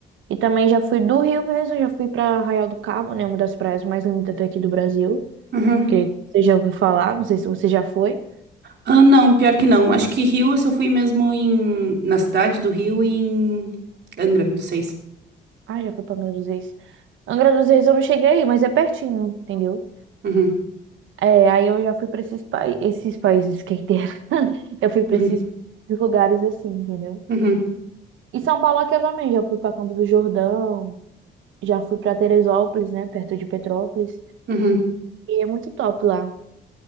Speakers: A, on the right; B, on the right.
A: E também já fui do Rio mesmo, já fui para Arraial do Cabo, né? Uma das praias mais lindas daqui do Brasil.
B: Uhum.
A: Que você já ouviu falar, não sei se você já foi.
B: Ah, não, pior que não. Acho que Rio eu só fui mesmo em... na cidade do Rio e em Angra dos Seis.
A: Ah, já foi para Angra dos Reis. Angra dos Reis eu não cheguei aí, mas é pertinho, entendeu?
B: Uhum.
A: É, aí eu já fui para esses, pa... esses países, quem dera. <laughs> Eu fui para
B: Uhum.
A: esses lugares assim, entendeu?
B: Uhum.
A: E São Paulo aqui eu também, já fui para Campo do Jordão, já fui para Teresópolis, né? Perto de Petrópolis.
B: Uhum.
A: E é muito top lá.